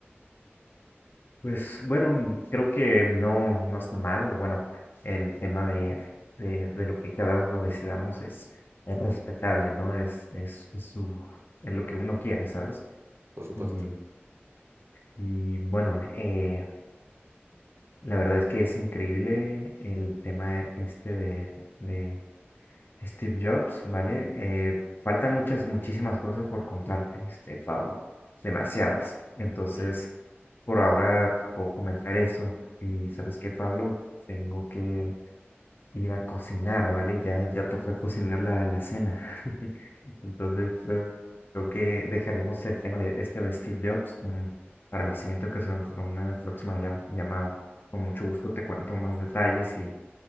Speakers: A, on the left; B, on the right.
A: Pues bueno, mm, creo que no, no es malo. Bueno, el tema de, de, de lo que cada uno decidamos es, es respetable, ¿no? Es, es, es su, es lo que uno quiere, ¿sabes?
B: por supuesto.
A: Y, y bueno, eh, la verdad es que es increíble el tema este de, de Steve Jobs, ¿vale? Eh, faltan muchas, muchísimas cosas por contarte, este, Pablo. Demasiadas. Entonces,
B: Mm.
A: por ahora te puedo comentar eso. Y sabes qué, Pablo, tengo que ir a cocinar, ¿vale? Ya, ya toca cocinar la, la cena. Entonces, eh, creo que dejaríamos el tema de este de Steve Jobs mm, para la siguiente ocasión, para una próxima llam- llamada. Con mucho gusto te cuento más detalles y,